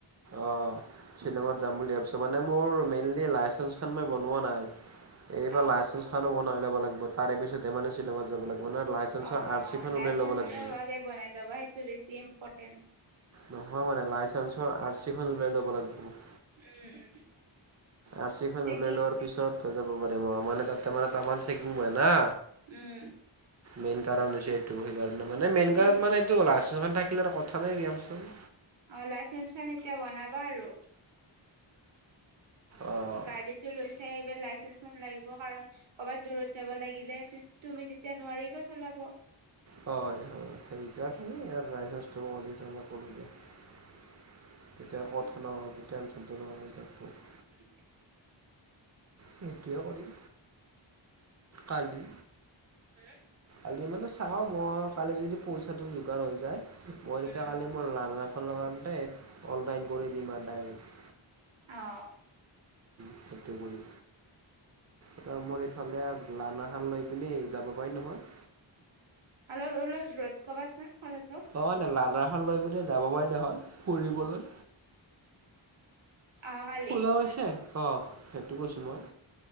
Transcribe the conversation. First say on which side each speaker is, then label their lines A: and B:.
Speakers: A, on the right; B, on the right.
A: আহ শ্বিলঙত যাম বুলি ভাবিছো মানে মোৰ মেইনল লাইেঞ্চ ম বনোৱা নাই এইবাৰ
B: অ
A: লাইচেঞ্চ খানো বনাই ল'ব লাগিব তাৰে পিছতহেমানে শ্বিলঙত যাব লাগিব মানে লাইচেঞ্চৰ
B: অ
A: আৰ চিখন
B: লাইচেন্ঞ্চটো
A: ওলাই ল'ব লাগিব।
B: হোৱাকৈ বনাই ল'বা সেইটো বেছি ইম্পৰ্টেণ্ট
A: নহয় মানে লাইচেন্ঞ্চৰ আৰ চিখন উলাই ল'ব লাগিব
B: উম, উম
A: আৰ চিখন
B: চেকিং
A: ওলাই লোৱাৰ পিছত যাব পাৰি অ মানে তাতে মানে তামান চেকিং ব না
B: উম।
A: মেইন কাৰণ হৈছে এইটো সেইকাৰণে মানে মেইন
B: এদিন
A: কাৰণ মানে এইটো লাষ্ট কিমান থাকিলে আৰু কথা নাই দিয়কচোন
B: অ লাইচেঞ্চখন এতিয়া বনাবা আৰু
A: অঁ
B: গাড়ীতটো লৈ চাই এইবাৰ লাইচেন্ঞ্চ ম লাগিব কাৰণ কৰ'ৰবাত দূৰত যাব লাগিলে তুমি যেতিয়া নোৱাৰিবা চলাব
A: হয় হয় সেইকাৰণে <unintelligible> <unintelligible>
B: উম <unintelligible>
A: সটোৱে কৰিম কালি
B: হম
A: কালি মানে চাওঁ মই কালি যদি পইচাটো যোগাৰ হৈ যায় মই তেতিয়া
B: উম
A: কালি মই লাৰ্নাৰ কাৰ অনলাইন কৰি দিম আৰু ডাইৰেক্ট
B: অ',
A: সেইটো কৰিম এ মোৰ ইফালে লাৰ্নাৰখনলৈ পিনি যাব পাৰি নহয়
B: অলপ ল জোৰৰত ক'বাচোন কথাটো
A: অ', লাৰানাৰ খান লৈ পিনে যাব পাৰি নহয় ফুৰিবলৈ
B: অহাকালি
A: ওলাইছে আহ সেইটো কৈছো মই